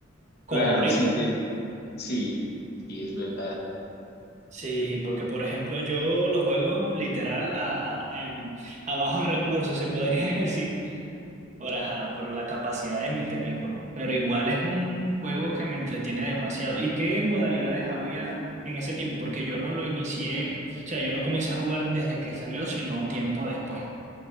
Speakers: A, on the right; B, on the left.
A: como
B: Claro,
A: ahorita.
B: sí, te, sí, sí, es verdad.
A: Sí, porque por ejemplo yo los juego literal a, a- en, a bajos recursos, se podría <laughs> decir, por, ajá, por la capacidad de mi teléfono. Pero igual es un juego que me entretiene demasiado. ¿Y qué modalidades había en ese tiempo? Porque yo no lo inicié, o sea, yo no comencé a jugar desde que salió, sino tiempo después.